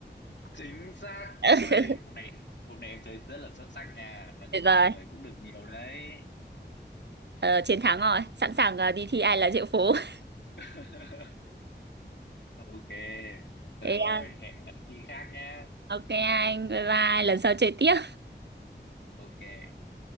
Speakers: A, on the left; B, on the right.
A: chính xác
B: <laughs>
A: uầy hôm nay em hôm nay em chơi rất là xuất sắc nha nói
B: Tuyệt
A: chung là
B: vời.
A: trả lời cũng được nhiều đấy
B: Ờ, chiến thắng rồi, sẵn sàng ờ, đi thi ai là triệu phú. <laughs>
A: <laughs> ok thôi
B: Thế
A: được rồi
B: à,
A: hẹn khi khác nhá
B: ok anh, bye bye, lần sau chơi tiếp.
A: ok